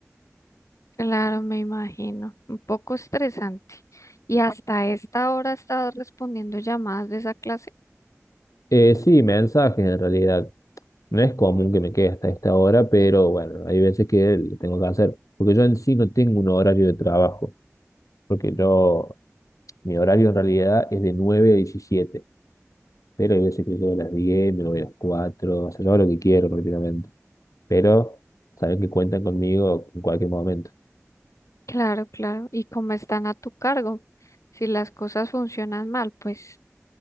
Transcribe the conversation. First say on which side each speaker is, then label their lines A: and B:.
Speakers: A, on the left; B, on the left.
A: Claro, me imagino. Un poco estresante. Y hasta esta hora has estado respondiendo llamadas de esa clase.
B: Eh, sí, mensajes en realidad. No es común que me quede hasta esta hora, pero bueno, hay veces que lo tengo que hacer, porque yo en sí no tengo un horario de trabajo, porque yo, mi horario en realidad es de nueve a diecisiete pero hay veces que llego a las diez me voy a las cuatro o sea, yo hago lo que quiero prácticamente, pero saben que cuentan conmigo en cualquier momento.
A: Claro, claro. Y como están a tu cargo, si las cosas funcionan mal, pues